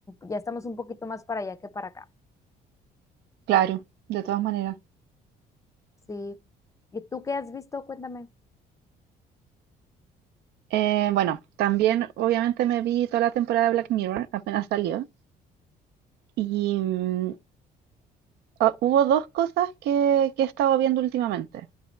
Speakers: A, on the left; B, on the right.
A: ya estamos un poquito más para allá que para acá.
B: Claro, de todas maneras.
A: Sí. ¿Y tú qué has visto? Cuéntame.
B: Eh, bueno, también obviamente me vi toda la temporada de Black Mirror, apenas salió. Y mm, ah, hubo dos cosas que, que he estado viendo últimamente.